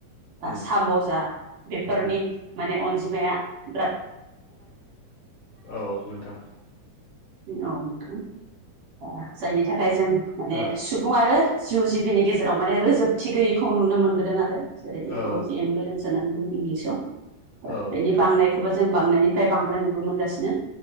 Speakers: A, on the right; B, on the left.
A: बा
B: उम
A: साम' जा बेफोरनि
B: उम
A: माने अनजि माया बिरात
B: अ औ नोंथां।
A: औ नोंथां ओ जायनि थाखाय जों माने
B: ओ
A: सुबुं आरो जिउ जिबिनि गेजेराव माने रोजोबथि गैयैखौ नुनो मोनबोदों आरो जेरै- इक'लजि
B: औ
A: इमबेलेन्स गोनां बुं इंलिसाव
B: औ
A: बेनि
B: नोंथां।
A: बांनायखौबो जों बांनायनिफ्राय बांबोनाय नुबो मोनगासिनो